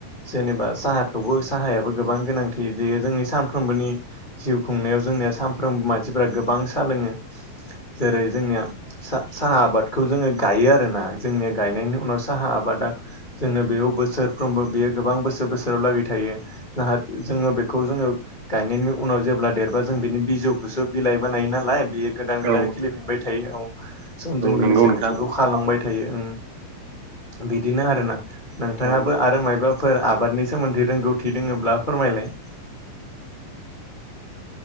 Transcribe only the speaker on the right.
औ
नंगौ नोंथां
औ